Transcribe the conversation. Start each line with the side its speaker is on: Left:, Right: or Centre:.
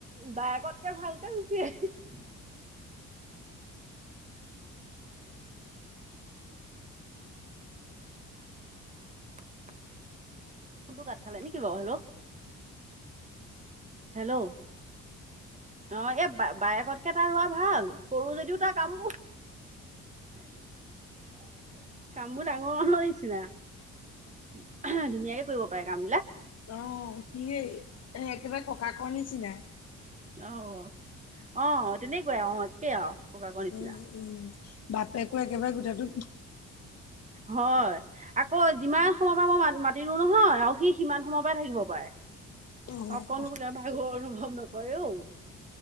Right: বায়েকতকে ভালকে গুচি <unintelligible> <inaudible> ফোনটো কাট খালে নেকি বাৰু, হেল্ল'। হেল্ল'? <unintelligible> অ এই বায়েকতকে তাৰ ৰোৱা ভাল সৰু যদিও তাৰ কামবোৰ <inaudible> <inaudible> কামবোৰ ডাঙৰ <inaudible> নিচিনা। <inaudible> ধুনীয়াকে কৰিব পাৰে কাম বিলাক।
Left: অঁ! সিয়েই একেবাৰে ককাকৰ নিচিনাই। <inaudible>
Right: অঁ! অঁ তেনেকুৱাই আহ একে আৰু। <inaudible> নিচিনা
Left: উম-উম বাপেকো একেবাৰে গোটেটো <inaudible>
Right: হয়। <unintelligible> আকৌ যিমান সময়ৰ পৰা মই মা মাটিৰো নহয় আৰু সি সিমান সময়ৰ পৰাই থাকিব পাৰে। <unintelligible>
Left: অ',
Right: অকনো বোলে ভাগৰ অনুভৱ নকৰে অ। <unintelligible>